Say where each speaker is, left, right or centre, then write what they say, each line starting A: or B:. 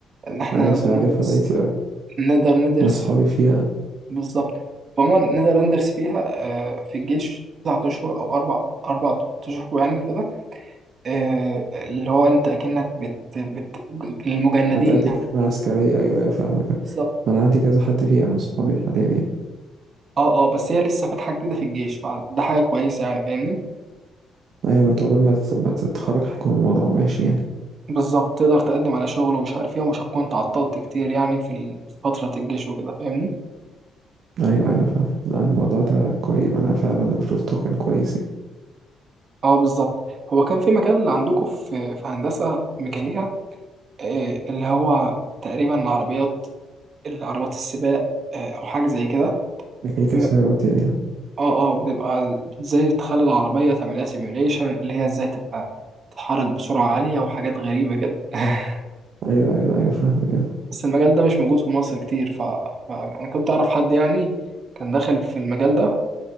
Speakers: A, on the right; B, on the right.
A: إن إحنا
B: ايوه بس
A: نقدر
B: عارفها
A: ندرس
B: الاي تي اي
A: نقدر ندرس
B: انا اصحابي
A: فيه
B: فيها
A: بالظبط عموما نقدر ندرس فيها آه، في الجيش تسعة أشهر أو أربع أربع أشهر يعني كده آه، اللي هو أنت أكنك بت, بت للمجندين
B: بتأدي
A: يعني
B: خدمة عسكرية ايوه ايوه فاهمك
A: بالظبط
B: ما انا عندي كذا حد فيها من اصحابي حاليا يعني.
A: أه أه بس هي لسه فاتحة جديدة في الجيش فده حاجة كويسة يعني فاهمني
B: ايوه ما انت عقبال ما تت- ما تتخرج هيكون الموضوع ماشي يعني
A: بالظبط تقدر تقدم على شغل ومش عارف ايه ومش هتكون تعطلت كتير يعني في ال- في فترة الجيش وكده فاهمني
B: ايوه ايوه فاهم لا الموضوع ده كويس انا فعلا لما شفته كان كويس يعني
A: اه بالظبط هو كان في مجال عندكم في في هندسة ميكانيكا آه اللي هو تقريبا العربيات العربيات السباق آه او حاجة زي كده
B: ميكانيكا
A: في
B: سيارات
A: م-
B: يعني آه.
A: اه اه بيبقى ال- ازاي تخلي العربية تعملها سيميوليشن اللي هي ازاي تبقى تتحرك بسرعة عالية وحاجات غريبة كده <laughs>
B: ايوه ايوه ايوه فاهمك آه.
A: بس المجال ده مش موجود في مصر كتير ف... فأنا كنت أعرف حد يعني كان داخل في المجال ده